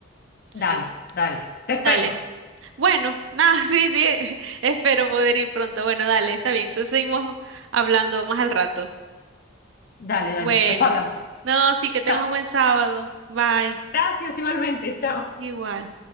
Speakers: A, on the right (about 65°); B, on the left (about 50°).
A: sí,
B: Dale, dale. Te espero.
A: dale. Bueno, nada, <laughs> sí, sí, <laughs> espero poder ir pronto. Bueno, dale, está bien. Entonces seguimos hablando más al rato.
B: Dale, dale.
A: Bueno,
B: Después hablamos.
A: no, sí, que tengas
B: Chao.
A: un buen sábado. Bye.
B: Gracias igualmente. Chao.
A: Igual.